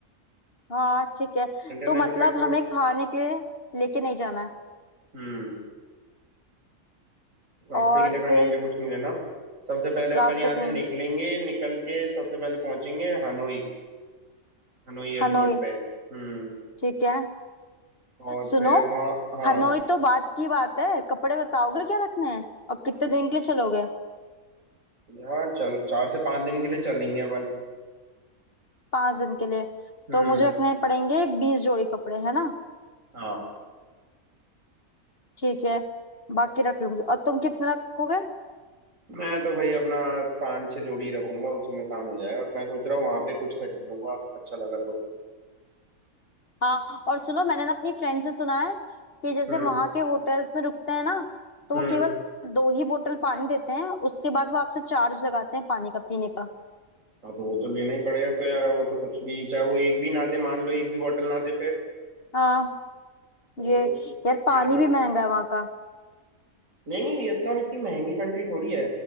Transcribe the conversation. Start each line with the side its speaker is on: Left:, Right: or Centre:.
Left: हाँ ठीक है
Right: इंटरनेशनल
Left: तो मतलब
Right: फ्लाइट में
Left: हमें खाने के लिए लेके नहीं जाना है
Right: हम्म नाश्ते
Left: और
Right: के लिए खाने
Left: फिर
Right: के लिए कुछ नहीं लेना सबसे पहले अपन
Left: रास्ते
Right: यहाँ से
Left: पे
Right: निकलेंगे निकल के सबसे पहले पहुंचेंगे हनोई हनोई एयरपोर्ट
Left: हनोई
Right: पे हम्म
Left: ठीक है
Right: और
Left: सुनो
Right: फिर वहाँ हाँ
Left: हनोई तो बात की बात है कपड़े बताओगे क्या रखने हैं और कितने दिन के लिए चलोगे
Right: यहाँ चल चार से पांच दिन के लिए चलेंगे अपन
Left: पांच दिन के लिए
Right: हम्म
Left: तो मुझे रखने पड़ेंगे बीस जोड़ी कपड़े है ना
Right: हाँ
Left: ठीक है बाकी रख लूंगी और तुम कितने रखोगे
Right: मैं तो भाई अपना पाँच छह जोड़ी रखूंगा उसी में काम हो जाएगा मैं सोच रहा हूँ वहां पे कुछ खरीद लूंगा अच्छा लगा तो
Left: हाँ और सुनो मैंने ना अपनी फ्रेंड से सुना है कि जैसे
Right: हम्म
Left: वहां के होटल्स में रुकते हैं ना तो
Right: हम्म
Left: वो केवल दो ही बोतल पानी देते हैं उसके बाद वो आपसे चार्ज लगाते हैं पानी का पीने का
Right: हाँ तो वो तो लेना ही पड़ेगा तो यार वो तो कुछ भी चाहे वो एक भी ना दे मान लो एक भी बोतल ना दे फिर
Left: हाँ
Right: तो
Left: ये
Right: वो तो
Left: यार
Right: पानी
Left: पानी
Right: का
Left: भी महंगा है वहां का
Right: नहीं नहीं वियतनाम इतनी महंगी कंट्री थोड़ी है